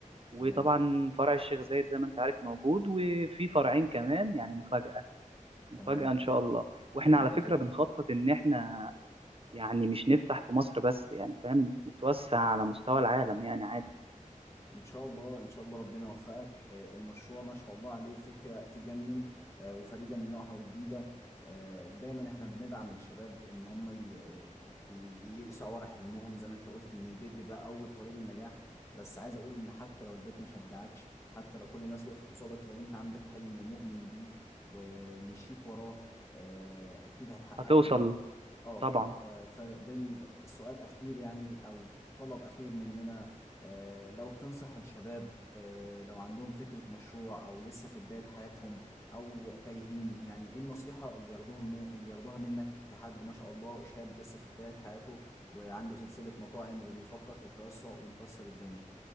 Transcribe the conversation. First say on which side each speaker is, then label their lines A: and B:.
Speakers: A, on the right; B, on the left.
A: وطبعا
B: تمام
A: فرع الشيخ زايد زي ما انت عارف موجود وفي فرعين كمان يعني مفاجأة مفاجأة
B: تمام
A: إن شاء الله وإحنا
B: في الانتظار
A: على فكرة بنخطط إن إحنا يعني مش نفتح في مصر بس يعني فاهم نتوسع على مستوى العالم يعني عادي
B: ان شاء الله ان شاء الله ربنا يوفقك آه، المشروع ما شاء الله عليه فكرة تجنن آه، وفريدة من نوعها وجديدة آه، ودايما احنا بندعم الشباب ان هم ي- ي- يسعوا ورا حلمهم زي ما انت قلت ان البيت بيبقى اول طريق النجاح بس عايز اقول ان حتى لو البيت ما شجعكش حتى لو كل الناس وقفت قصادك لو انت عندك حلم ومؤمن بيه ومشيت وراه آه، اكيد هتحققه
A: هتوصل
B: يعني اه
A: طبعا
B: آه، فبين سؤال اخير يعني او طلب اخير مننا آه، لو تنصح الشباب آه، لو عندهم فكرة مشروع او لسه في بداية حياتهم او تايهين يعني ايه النصيحة اللي ياخدوهم اللي ياخدوها منك كحد ما شاء الله شاب لسه في بداية حياته وعنده سلسلة مطاعم وبيفكر في التوسع ومكسر الدنيا